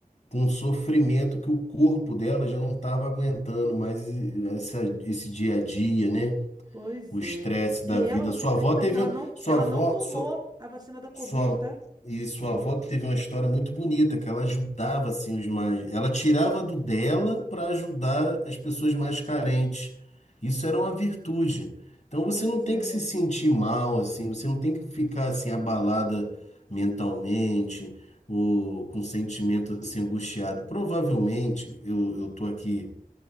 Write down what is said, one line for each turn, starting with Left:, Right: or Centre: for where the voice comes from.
Left: com um sofrimento que o corpo dela já não estava aguentando mais e- essa- esse dia a dia, né?
Right: Pois
Left: O estresse
Right: é.
Left: da
Right: E
Left: vida.
Right: ela, você
Left: Sua
Right: acredita
Left: avó teve,
Right: que ela
Left: um-
Right: não,
Left: sua
Right: ela
Left: avó,
Right: não tomou
Left: sua-
Right: a vacina da Covid,
Left: sua,
Right: tá?
Left: e sua avó teve uma história muito bonita, que ela ajudava assim os mais, ela tirava do dela para ajudar as pessoas mais carentes. Isso era uma virtude. Então você
Right: Pois
Left: não tem
Right: é.
Left: que se sentir mal assim, você não tem que ficar assim abalada mentalmente ou com sentimento assim angustiado. Provavelmente, eu eu tô aqui